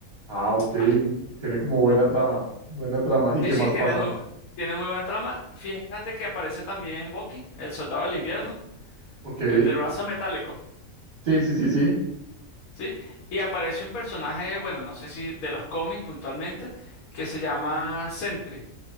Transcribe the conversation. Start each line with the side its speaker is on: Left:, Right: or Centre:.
Right: Ah, ok.
Left: Ah,
Right: Tiene como buena trama, buena trama. ¿Y
Left: Sí,
Right: qué
Left: sí,
Right: más
Left: tiene
Right: pasa?
Left: muy, tiene muy buena trama. Fíjate que aparece también Bucky, el soldado del invierno,
Right: Ok.
Left: el del brazo metálico, ¿sí?
Right: Sí, sí, sí, sí.
Left: Sí. Y aparece un personaje, bueno, no sé si de los cómics puntualmente, que se llama Sentry,